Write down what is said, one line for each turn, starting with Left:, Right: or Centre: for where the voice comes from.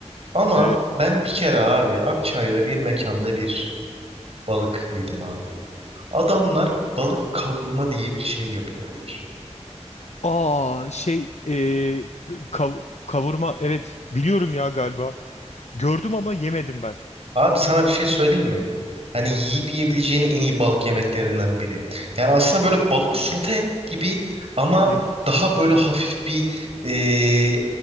Right: Ama
Left: Evet.
Right: ben bir kere abi Akçay'da bir mekanda bir balık yedim abi. Adamlar balık kavurma diye bir şey yapıyorlar.
Left: Aa şey eee, kav- kavurma evet biliyorum ya galiba. Gördüm ama yemedim ben.
Right: Abi sana bir şey söyleyeyim mi? Hani yiyip yiyebileceğin en iyi balık yemeklerinden biri. Yani aslında böyle balık sote gibi ama
Left: Hı hı.
Right: daha böyle hafif bir e,